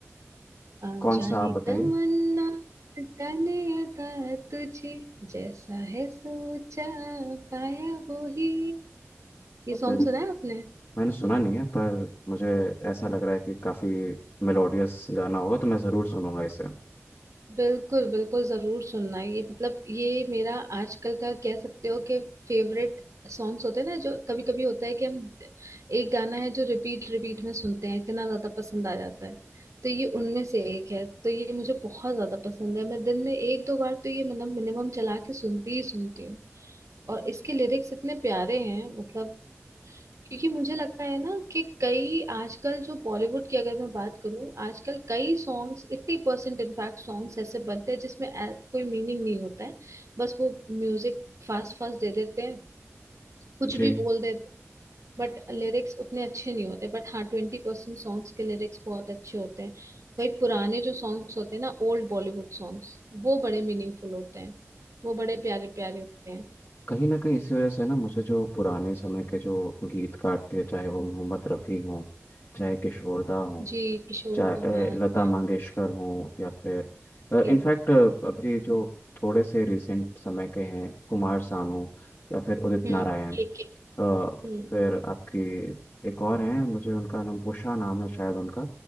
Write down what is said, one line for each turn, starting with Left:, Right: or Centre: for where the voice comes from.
Right: आ
Left: कौन
Right: जाने
Left: सा आप बताइए
Right: तमन्ना जाने अता तुझे जैसा है सोचा पाया वो ही ये
Left: फिर
Right: सॉन्ग सुना है आपने
Left: मैंने सुना नहीं है पर मुझे ऐसा लग रहा है कि काफ़ी मेलोडियस गाना होगा तो मैं ज़रूर सुनूंगा इसे
Right: बिल्कुल बिल्कुल जरूर सुनना ये मतलब ये मेरा आजकल का कह सकते हो कि फेवरेट सॉन्ग्स होते हैं ना जो कभी कभी होता है कि हम एक गाना है जो रिपीट रिपीट में सुनते हैं इतना ज्यादा पसंद आ जाता है तो ये उनमें से एक है तो ये मुझे बहुत ज्यादा पसंद है मैं दिन में एक दो बार तो ये मतलब मिनिमम चला के सुनती ही सुनती हूँ और इसके लिरिक्स इतने प्यारे हैं मतलब क्योंकि मुझे लगता है ना कि कई आजकल जो बॉलीवुड की अगर मैं बात करूं आजकल कई सॉन्ग्स एट्टी परसेंट इनफैक्ट सॉन्ग्स ऐसे बनते हैं जिसमें ऐ- कोई मीनिंग नहीं होता है बस वो म्यूजिक फास्ट फास्ट दे देते हैं कुछ
Left: जी
Right: भी बोल देते हैं बट लिरिक्स उतने अच्छे नहीं होते बट हाँ ट्वेंटी परसेंट सॉन्ग्स के लिरिक्स बहुत अच्छे होते हैं वही पुराने जो सॉन्ग्स होते हैं ना ओल्ड बॉलीवुड सॉन्ग्स वो बड़े मीनिंगफुल होते हैं वो बड़े प्यारे प्यारे होते हैं
Left: कहीं ना कहीं इसी वजह से ना मुझे जो पुराने समय के जो गीतकार थे चाहे वो मोहम्मद रफ़ी हों चाहे किशोरदा हों
Right: जी किशोर
Left: चाहे
Right: कुमार
Left: अ, लता
Right: हाँ
Left: मंगेशकर हों या फिर
Right: जी,
Left: इनफैक्ट अभी जो थोड़े से रिसेंट समय के हैं कुमार सानू या फिर उदित
Right: हम्म
Left: नारायण
Right: के
Left: अ,
Right: हम्म
Left: फिर आपकी एक और हैं मुझे उनका नाम उषा नाम है शायद उनका